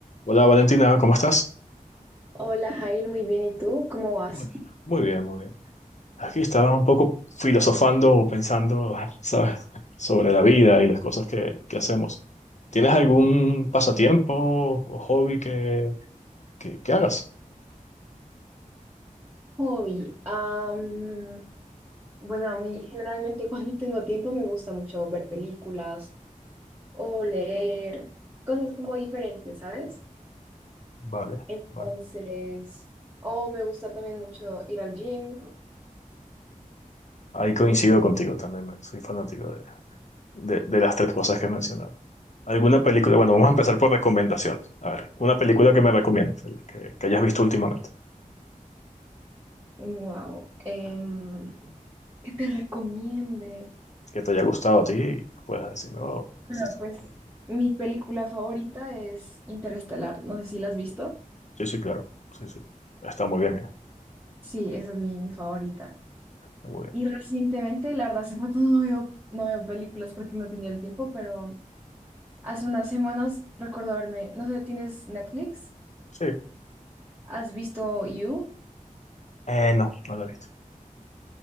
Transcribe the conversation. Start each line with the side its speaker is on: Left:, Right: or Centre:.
Left: Hola Valentina, ¿cómo estás?
Right: Hola Jair, muy bien. ¿Y tú? ¿Cómo vas?
Left: Muy muy bien, muy bien. Aquí estaba un poco filosofando o pensando, <laughs> ¿sabes?, sobre la vida y las cosas que, que hacemos. ¿Tienes algún pasatiempo o hobby que, que, que hagas?
Right: Hobby. am, bueno, a mí generalmente <laughs> cuando tengo tiempo me gusta mucho ver películas o leer cosas como diferentes, ¿sabes?
Left: Vale,
Right: Entonces,
Left: vale.
Right: o me gusta también mucho ir al gym.
Left: Ahí coincido contigo también, me- soy fanático de, de, de las tres cosas que he mencionado. ¿Alguna película? Bueno, vamos a empezar por recomendaciones. A ver, una película que me recomiendes, de las que, que hayas visto últimamente,
Right: Wow. em, ¿qué te recomiende?
Left: que te haya gustado a ti y que puedas decirme, oh,
Right: Bueno,
Left: esto
Right: pues mi película favorita es Interestelar. No sé si la has visto.
Left: Sí, sí, claro. Sí, sí. Está muy bien, eh.
Right: Sí, esa es mi, mi favorita.
Left: Está muy bien.
Right: Y recientemente, la verdad, hace rato no veo, no veo películas porque no tenía el tiempo, pero hace unas semanas recuerdo haberme, no sé, ¿tienes Netflix?
Left: Sí.
Right: ¿Has visto You?
Left: Eh, no, no la he visto.